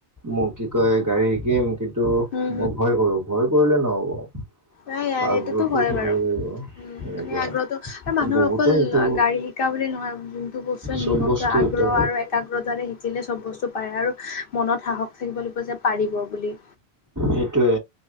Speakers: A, on the right; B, on the left.
A: মোক কি কয়, গাড়ী শিকিম। কিন্তু,
B: হুম
A: মই ভয় কৰোঁ! ভয় কৰিলে নহ'ব।
B: নাই-নাই,
A: আগ্ৰহটো
B: সেইটোতো হয়
A: থাকিব
B: বাৰু।
A: লাগিব
B: উম,
A: এনেকুৱা
B: সেই আগ্ৰহটো, আৰু মানুহৰ
A: বহুতে
B: অকল
A: সেইটো
B: গাড়ী শিকা বুলি নহয়, যোনটো বস্তুৱে
A: চব
B: নিজকে
A: বস্তু
B: আগ্ৰহ
A: এটা
B: আৰু একা একাগ্ৰতাৰে শিকিলে, চব বস্তু পাৰে। আৰু মনত সাহস থাকিব লাগিব যে, পাৰিব বুলি।
A: সেইটোৱে,